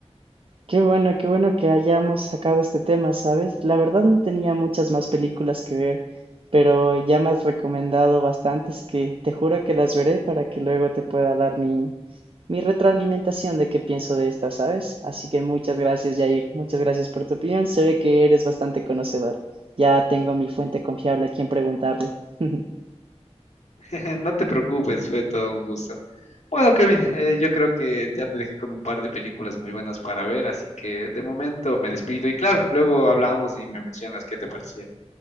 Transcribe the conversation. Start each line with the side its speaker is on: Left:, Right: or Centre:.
Right: Qué bueno, qué bueno que hayamos sacado este tema, ¿sabes? La verdad no tenía muchas más películas que ver, pero ya me has recomendado bastantes que te juro que las veré para que luego te pueda dar mi, mi retroalimentación de qué pienso de estas, ¿sabes? Así que muchas gracias, Jair. Muchas gracias por tu opinión. Se ve que eres bastante conocedor. Ya tengo mi fuente confiable a quien preguntarle. <laughs>
Left: <laughs> no te preocupes, fue todo un gusto. Bueno, Kevin, eh, yo creo que ya te dejé con un par de películas muy buenas para ver, así que de momento me despido y claro, luego hablamos y me mencionas qué te parecieron.